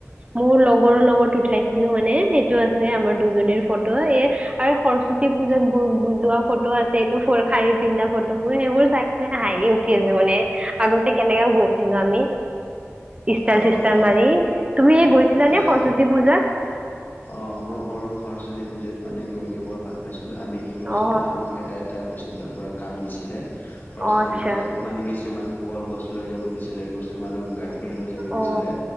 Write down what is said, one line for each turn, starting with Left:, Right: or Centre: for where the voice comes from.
Right: মোৰ লগৰৰ লগত উঠাইছিলো মানে সেই আছে আমাৰ দুজনীৰ ফটো এ আৰু সৰস্বতী পূজাত গোৱা যোৱা ফটো আছে এইটো ফৰ খাৰী পিন্ধা ফটোবোৰ সেইবোৰ চাই পেলাই হাঁহি উঠি আছে মানে আগত কেনেককাে গৈছিলো আমি ষ্টল
Left: অ'
Right: চিষ্টল মাৰি তুমি গৈছিলা নে
Left: এ
Right: সৰস্বতী পূজাত
Left: অ মই সৰু সৰস্বতী পুজাত মানে গৈছিলো বৰ ভাল পাইছিলো আমি কি কৰিছিলো
Right: অ
Left: আমাক এটা এটা স্কুলৰ পৰা কাম দিছিলে সৰস্বতী
Right: অ আচ্ছা
Left: পূজাত মানে কিছুমান কলগছ লৈ যাব দিছিলে কিছুমানক গাখীৰ লৈ যাব দিছিলে
Right: অ